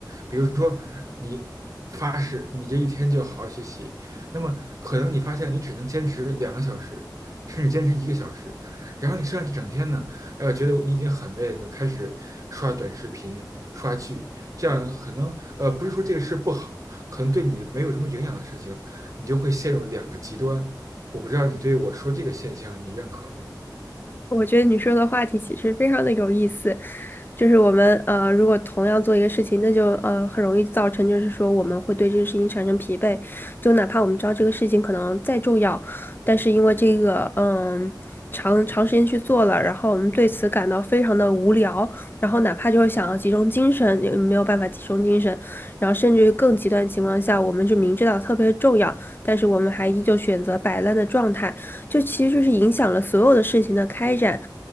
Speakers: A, on the right; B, on the left.
A: 比如说你发誓你这一天就好好学习，那么可能你发现你只能坚持两个小时，甚至坚持一个小时，然后你剩下这整天呢，呃，觉得你已经很累了，你就开始刷短视频、刷剧，这样呢，可能呃不是说这个事不好，可能对你没有什么营养的事情，你就会陷入两个极端。我不知道你对我说这个现象你认可吗？
B: 我觉得你说的话题其实非常的有意思，就是我们呃，如果同样做一个事情，那就呃很容易造成，就是说我们会对这个事情产生疲惫。就哪怕我们知道这个事情可能再重要，但是因为这个嗯长长时间去做了，然后我们对此感到非常的无聊，然后哪怕就是想要集中精神，也没有办法集中精神，然后甚至于更极端的情况下，我们就明知道特别重要，但是我们还依旧选择摆烂的状态，就其实就是影响了所有的事情的开展。